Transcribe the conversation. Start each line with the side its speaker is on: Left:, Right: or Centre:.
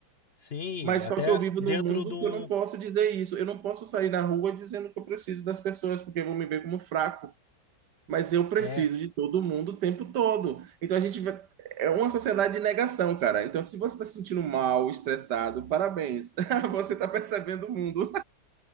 Left: sim,
Right: Mas
Left: até
Right: só que eu vivo
Left: dentro
Right: num mundo
Left: de um.
Right: que eu não posso dizer isso. Eu não posso sair na rua dizendo que eu preciso das pessoas, porque vão me ver como fraco. Mas eu preciso
Left: É,
Right: de todo mundo o tempo todo. Então a gente vai- é uma sociedade de negação, cara. Então se você está se sentindo mal, estressado, parabéns. <laughs> Você está percebendo o mundo.